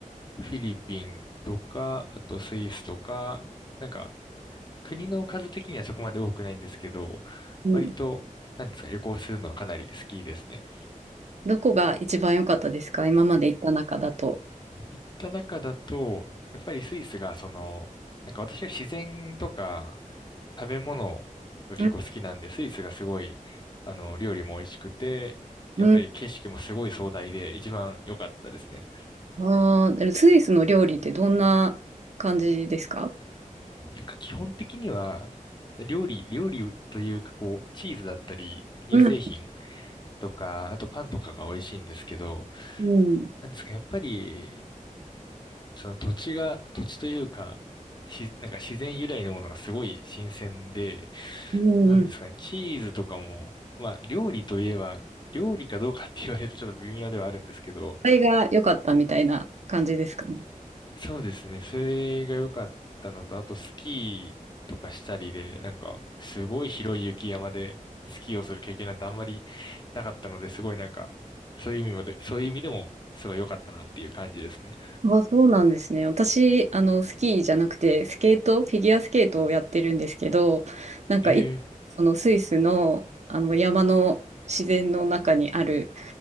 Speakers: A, on the left (about 35°); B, on the right (about 55°).
A: フィリピンとか、あとスイスとか、なんか、国の数的にはそこまで多くないんですけど、
B: うん。
A: 割と、なんですか、旅行するのはかなり好きですね。
B: どこが一番良かったですか今まで行った中だと。
A: 行った中だと、やっぱりスイスがその、なんか私は自然とか食べ物が結構好きなんで、
B: うん、
A: スイスがすごい、あの、料理も美味しくて、やっぱり景色もすごい壮大で一番良かったですね。
B: うん。ああ、スイスの料理ってどんな感じですか
A: なんか基本的には、料理、料理というかこう、チーズだったり、乳製品
B: うん、
A: とか、あとパンとかが美味しいんですけど、
B: うん。
A: なんですか、やっぱりその土地が、土地というか、し、なんか自然由来のものがすごい新鮮で、
B: うん、
A: なんですかね、
B: うん。こ
A: チーズとかも、まあ料理といえば、料理かどうかって言われると <laughs> ちょっと微妙ではあるんですけど、
B: れが良かったみたいな感じですかね。
A: そうですね、それが良かったのと、あとスキーとかしたりで、なんかすごい広い雪山でスキーをする経験なんてあんまりなかったので、すごいなんか、そういう意味もで、そういう意味でもすごい良かったなっていう感じですね。
B: あ、そうなんですね。私、あの、スキーじゃなくて、スケート、フィギュアスケートをやってるんですけど、なんかい、
A: ええ
B: そのスイスの、あの山の自然の中にある